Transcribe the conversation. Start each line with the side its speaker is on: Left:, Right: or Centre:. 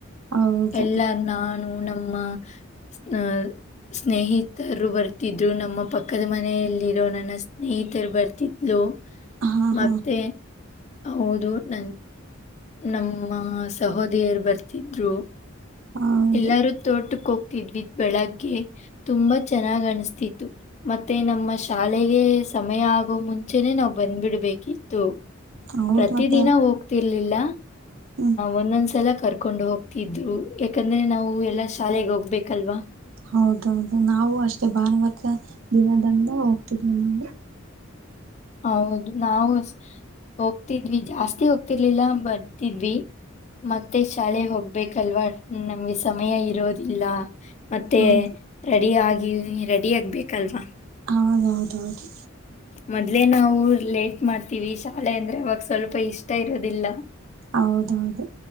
Right: ಹೌದು
Left: ಎಲ್ಲಾರ ನಾನು ನಮ್ಮ ಅ ಸ್ನೇಹಿತರು ಬರ್ತಿದ್ರು ನಮ್ಮ ಪಕ್ಕದ ಮನೆಯಲ್ಲಿರೋ ನನ್ನ ಸ್ನೇಹಿತರು ಬರ್ ಲೋ
Right: ಹಾ
Left: ಮತ್ತೆ
Right: ಹಾ
Left: ಹೌದು ನನ್ ನಮ್ಮ ಸಹೋದಿಯರ ಬರ್ತಿದ್ರು
Right: ಹೌದು
Left: ಎಲ್ಲಾರೂ ತೋಟಕ್ಕೆ ಹೋಗ್ತಿದ್ವಿ ಬೆಳಗ್ಗೆ ತುಂಬಾ ಚೆನ್ನಾಗ್ ಅನ್ಸ್ತಿತ್ತು. ಮತ್ತೆ ನಮ್ಮ ಶಾಲೆಗೆ ಸಮಯ ಆಗೋ ಮುಂಚೆನೆ ನಾವ್ ಬಂದ ಬಿಡಬೇಕಿತ್ತು.
Right: ಹೌದು
Left: ಪ್ರತಿದಿನ
Right: ಮತ್ತೆ
Left: ಹೋಗ್ತಿರ್ಲಿಲ್ಲ
Right: ಹ್ಮ್
Left: ಒಂದೊಂದ್ಸಲ ಕರ್ಕೊಂಡು ಹೋಗ್ತಿದ್ರು ಯಾಕಂದ್ರೆ ನಾವು ಎಲ್ಲಾ ಶಾಲೆಗೆ ಹೋಗ್ಬೇಕಲ್ವಾ.
Right: ಹೌದೌಹೌದು ನಾವು ಅಷ್ಟೇ ಭಾನುವಾರ ದಿನದಿಂದ ಹೋಗ್ತಿದ್ವಿ ನಾವು
Left: ಹೌದು ನಾವು ಹೋಗ್ತಿದ್ವಿ ಜಾಸ್ತಿ ಹೋಗ್ತಿರ್ಲಿಲ್ಲ ಬರ್ತಿದ್ವಿ. ಮತ್ತೆ ಶಾಲೆ ಹೋಗ್ಬೇಕಲ್ವಾ ನಮ್ಗೆ ಸಮಯ ಇರೋದಿಲ್ಲ. ಮತ್ತೆ
Right: ಹೌದು
Left: ರೆಡಿ ಆಗಿ ರೆಡಿ ಆಗ್ಬೇಕಲ್ವಾ.
Right: ಹೌದೌಹೌದ ಹೌದು
Left: ಮೊದ್ಲೇ ನಾವು ಲೇಟ್ ಮಾಡ್ತೀವಿ ಶಾಲೆ ಅಂದ್ರೆ ಅವಾಗ ಸ್ವಲ್ಪ ಇಷ್ಟ ಇರೋದಿಲ್ಲ.
Right: ಹೌದೌಹೌದು